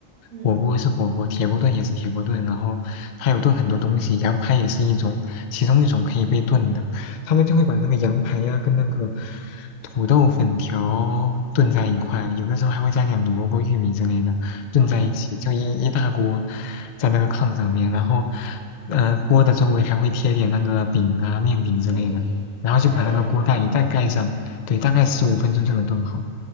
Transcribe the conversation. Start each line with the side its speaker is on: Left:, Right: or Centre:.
Right: 嗯
Left: 火锅是火锅，铁锅炖也是铁锅炖，然后它有炖很多东西，羊排也是一种，其中一种可以被炖的。他们就会把那个羊排呀、跟那个土豆粉条炖在一块，
Right: 嗯，
Left: 有的时候还会加点萝卜、玉米之类的。炖在一起，
Right: 哦，
Left: 就一一大锅在那个炕上面，然后，呃，锅的周围还会贴点那个饼啊、面饼之类的，
Right: 玉米饼，
Left: 然后就把那个锅盖一旦盖上，
Right: 对，我知道。
Left: 对，大概十五分钟就能炖好。